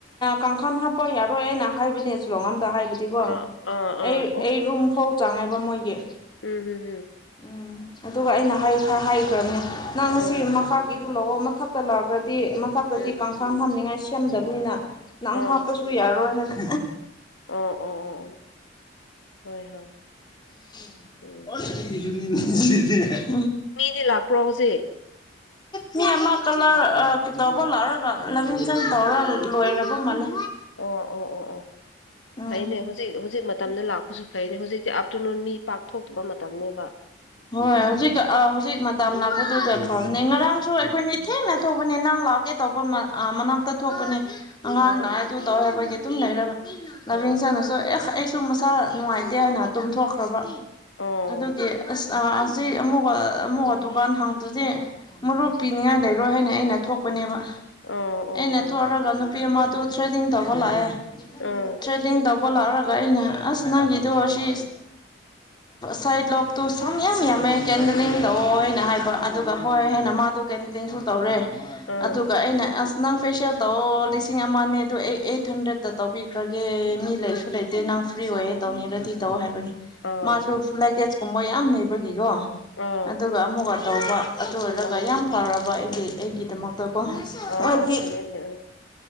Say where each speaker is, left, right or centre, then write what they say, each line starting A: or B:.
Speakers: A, on the left; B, on the left.
A: ꯀꯥꯡꯈꯜ ꯍꯥꯞꯄ ꯌꯥꯔꯣꯏ ꯍꯥꯏꯅ ꯍꯥꯏꯕꯅꯦ ꯆꯨꯂꯣ ꯑꯝꯗ ꯍꯥꯏꯕ ꯍꯥꯏꯗꯤꯀꯣ
B: ꯑꯥ ꯑꯥ ꯑꯥ
A: ꯑꯩ ꯑꯩ ꯔꯨꯝ ꯐꯥꯎ ꯆꯪꯉꯦꯕ ꯃꯣꯏꯒꯤ
B: ꯎꯝ ꯍꯝ
A: ꯎꯝ ꯑꯗꯨꯒ ꯑꯩꯅ ꯍꯥꯏ ꯍꯥꯏꯈ꯭ꯔꯕꯅꯤ ꯑꯥꯡꯁꯤ
B: ꯍꯝ
A: ꯃꯈꯥꯒꯤꯗꯨ ꯂꯥꯛꯑꯣ ꯃꯊꯛꯇ ꯂꯥꯛꯑꯒꯗꯤ ꯃꯊꯛꯇꯗꯤ
B: ꯎꯝ ꯎꯝ ꯎꯝ
A: ꯀꯥꯡꯪꯈꯥꯝ ꯊꯝꯅꯤꯡꯉꯥꯏ ꯁꯦꯝꯗꯕꯅꯤꯅ ꯅꯪ
B: ꯑꯥ
A: ꯍꯥꯞꯄꯁꯨ ꯌꯥꯔꯣꯏ ꯍꯥꯏꯅ
B: ꯑꯣ ꯑꯣ ꯑꯣ ꯍꯣꯏ ꯍꯣꯏ
A: <inaudible>
B: ꯎꯝ ꯃꯤꯗꯤ ꯂꯥꯛꯄ꯭ꯔꯣ ꯍꯧꯖꯤꯛ
A: ꯃꯤ ꯑꯃ ꯀꯂꯔ ꯇꯧꯕ ꯂꯥꯎꯔꯒ ꯂꯚꯤꯡꯇꯟ ꯇꯧꯔꯒ ꯂꯣꯏꯔꯕ ꯃꯥꯂ
B: ꯑꯣ ꯑꯣ ꯑꯣ ꯑꯣ
A: ꯎꯝ
B: ꯐꯩꯅꯦ ꯍꯧꯖꯤꯛ ꯍꯧꯖꯤꯛ ꯃꯇꯝꯗ ꯂꯥꯛꯄꯁꯨ ꯐ ꯍꯧꯖꯤꯛꯇꯤꯐꯇꯔꯅꯨꯟ ꯃꯤ ꯄꯥꯛ ꯊꯣꯛꯇꯕ ꯃꯇꯝꯅꯦꯕ
A: ꯍꯣꯏ ꯍꯧꯖꯤꯛ ꯍꯧꯖꯤꯛ ꯃꯇꯝ ꯂꯅꯥꯀ ꯐ ꯑ ꯉꯔꯥꯡꯁꯨ ꯑꯩꯈꯣꯏꯅꯤ
B: ꯎꯝ
A: ꯊꯦꯡꯅ ꯊꯣꯛꯄꯅꯦ ꯅꯪ ꯂꯥꯛꯑꯒꯦ ꯇꯧꯕ ꯃꯅꯥꯛꯇ ꯊꯣꯛꯄꯅꯦ ꯑꯉꯥꯡ
B: ꯑꯣ
A: ꯅꯉꯥꯏꯗꯨ ꯇꯧ ꯍꯥꯏꯕꯒꯤ ꯑꯗꯨꯝ ꯂꯩꯔꯒ ꯂꯚꯦꯟꯁꯅꯁꯨ
B: ꯎꯝ
A: ꯑꯦꯁ ꯑꯩ ꯁꯨꯝ ꯃꯁꯥ ꯅꯨꯡꯉꯥꯏꯇꯦ ꯍꯥꯏꯅ ꯇꯨꯝꯊꯣꯛꯈ꯭ꯔꯕ
B: ꯑꯣ
A: ꯑꯗꯨꯒꯤ ꯑꯁ ꯑꯁꯤ ꯑꯃꯨꯒ ꯑꯃꯨꯛꯒ ꯗꯨꯀꯥꯟ ꯍꯥꯡꯗ꯭ꯔꯗꯤꯦ ꯃꯔꯨꯞ ꯄꯤꯅꯤꯡꯉꯥꯏ ꯂꯩꯔꯣꯏ ꯍꯥꯏꯅ ꯑꯩꯅ ꯊꯣꯛꯄꯅꯦꯕ
B: ꯑꯣ
A: ꯑꯦꯩꯅ ꯇꯨ ꯑꯣꯔꯗꯔꯒ
B: ꯑꯣ
A: ꯅꯨꯄꯤꯤꯃ ꯇ ꯊ꯭ꯔꯦꯗꯤꯡ ꯊꯧꯕ ꯂꯥꯛꯑꯦ
B: ꯑꯣ
A: ꯊ꯭ꯔꯦꯗꯤꯡ ꯇꯧꯕ ꯂꯥꯛꯔꯒ ꯑꯩꯅ ꯑꯁ ꯅꯪꯒꯤꯗꯣ ꯑꯁꯤ ꯁꯥꯏꯠ ꯂꯣꯛꯇꯨ ꯁꯝ ꯌꯥꯝ ꯌꯥꯝꯃꯦ ꯀꯦꯟꯗꯂꯤꯡ ꯇꯧꯑꯣꯅ ꯍꯥꯏꯕ ꯑꯗꯨꯒ ꯍꯣꯏ ꯍꯦꯅ ꯃꯥꯗꯨ ꯀꯇꯤꯡꯁꯨ ꯇꯧꯔꯦ
B: ꯑꯥ
A: ꯑꯗꯨꯒ ꯑꯩꯅ ꯑꯁ ꯅꯪ ꯐꯦꯁꯤꯌꯦꯜꯗꯣ ꯂꯤꯁꯤꯡ ꯑꯃꯅꯦ ꯑꯗꯣ ꯑꯩ ꯑꯩꯠ ꯍꯟꯗ꯭ꯔꯦꯗꯠꯇ ꯇꯧꯕꯤꯈ꯭ꯔꯒꯦ ꯃꯤ ꯂꯩꯁꯨ ꯂꯩꯇꯦ ꯅꯪ ꯪ ꯐ꯭ꯔꯤ ꯑꯣꯏꯌꯦ ꯇꯧꯅꯤꯒꯗꯤ ꯇꯧ ꯍꯥꯏꯕꯒꯤ
B: ꯑꯥ
A: ꯃꯥꯁꯨ ꯂꯦꯀꯦꯁꯀꯨꯝꯕ ꯌꯥꯝ ꯅꯕꯒꯤꯀꯣ
B: ꯑꯥ ꯑꯥ
A: ꯑꯗꯨꯒ ꯑꯃꯨꯛꯒ ꯇꯧꯕ ꯑꯗꯨ ꯑꯣꯏꯔꯒ
B: ꯑꯥ
A: ꯌꯥꯝ ꯐꯔꯕ ꯑꯩꯒꯤ ꯑꯩꯒꯤꯗꯃꯛꯇꯀꯣ
B: ꯑꯥ
A: ꯍꯥꯏꯗꯤ
B: ꯑꯥ ꯐꯩꯌꯦꯅꯦ